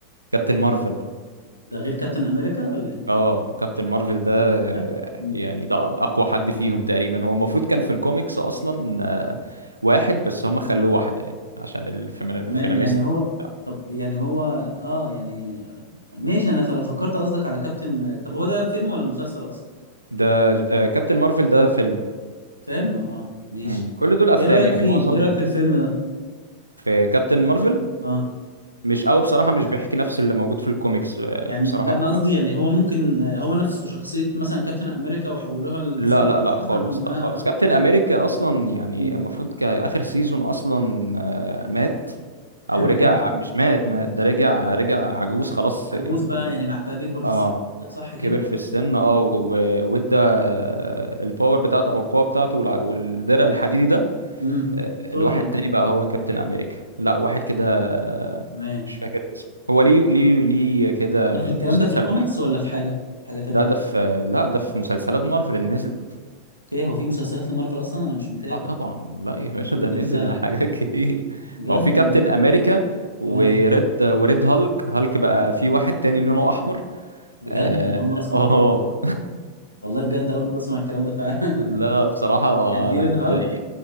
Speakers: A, on the right; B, on the left.
A: كابتن مارفل
B: ده غير كابتن امريكا ولا ايه
A: اه كابتن مارفل ده
B: طب. مم.
A: يعني ده اقوى حد فيهم تقريبا هو المفروض كان في الكوميكس اصلا آه، واحد بس هم خلوه واحده يعني عشان الفيمنا- الفيناميست
B: تمام يعني هو
A: بقى وبتاع.
B: طب يعني هو اه يعني ماشي انا ف- فكرت قصدك على كابتن طب هو ده فيلم ولا مسلسل اصلا
A: ده آه، كابتن مارفل ده فيلم
B: فيلم اه ماشي
A: مم. كل دول افلام
B: ايه رايك
A: يعني
B: فيه
A: معظم
B: ايه رايك في الفيلم ده
A: في كابتن مارفل
B: اه
A: مش قوي بصراحه مش بيحكي نفس اللي موجود في الكوميكس آه،
B: يعني
A: بصراحه
B: لا انا قصدي يعني هو ممكن آه، هو نفسه شخصيه مثلا كابتن امريكا وحولوها لست
A: لا لا لا
B: عملوا
A: خالص
B: منها
A: لا خالص كابتن امريكا اصلا يعني
B: مم.
A: المفروض كاخر سيزون اصلا آه، مات
B: تمام
A: او رجع مش مات ما ده رجع رجع عجوز خلاص
B: عجوز
A: يعني
B: بقى
A: لما
B: يعني مع- بقى بيكبر في
A: اه
B: السن قصدك، صح كده
A: كبر في السن اه و- وادى الباور بتاعته او القوه بتاعته والع- والدرع الحديدي ده
B: امم
A: آه،
B: دكتور
A: لواحد
B: ولا
A: تاني بقى هو كابتن امريكا لا واحد كده آه،
B: تمام
A: مش فاكر اسمه هو ليه ليه ليه كده
B: ده في الكلام
A: مسلسل
B: ده في الكوميكس
A: لوحده.
B: ولا في حاجه في حاجه تانية
A: ده ده في لا ده في مسلسلات مارفل اللي نزلت
B: اوكي هو في مسلسلات لمارفل اصلا انا مش متابع
A: اه طبعا لا يا
B: طب
A: باشا
B: ما تقول
A: ده نزل
B: لي كده على
A: <laughs> حاجات
B: حاجه
A: كتير
B: بجد
A: ما هو في كابتن امريكا وريد
B: تمام
A: وريد هالك هالك بقى في واحد تاني لونه احمر
B: بجد
A: اه
B: انا اول مره اسمع
A: آه.
B: الكلام والله بجد اول مره اسمع الكلام ده فعلا
A: <laughs>
B: <laughs>
A: لا بصراحة
B: يعني في
A: انا
B: ريد
A: ب-
B: هالك